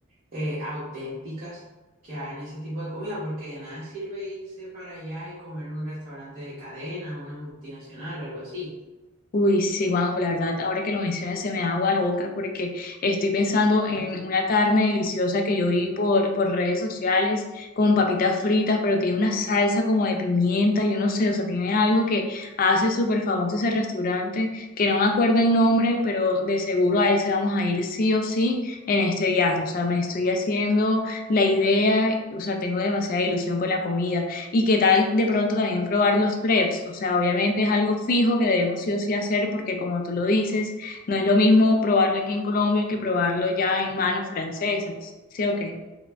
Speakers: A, on the right; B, on the left.
A: eh, auténticas que hagan ese tipo de comida, porque de nada sirve irse para allá y comer en un restaurante de cadena, una multinacional o algo así.
B: Uy, sí, Juanjo, la verdad, ahora que lo mencionas se me da agua la boca porque estoy pensando en una carne deliciosa que yo vi por, por redes sociales con papitas fritas, pero tiene una salsa como de pimienta, yo no sé, o sea, tiene algo que hace súper famoso ese restaurante, que no me acuerdo el nombre, pero de seguro a ese vamos a ir sí o sí en este viaje, o sea, me estoy haciendo la idea, o sea, tengo demasiada ilusión con la comida. Y qué tal de pronto también probar los preps. O sea, obviamente es algo fijo que debemos sí o sí hacer porque como tú lo dices, no es lo mismo probarlo aquí en Colombia que probarlo ya en manos francesas. ¿Sí o qué?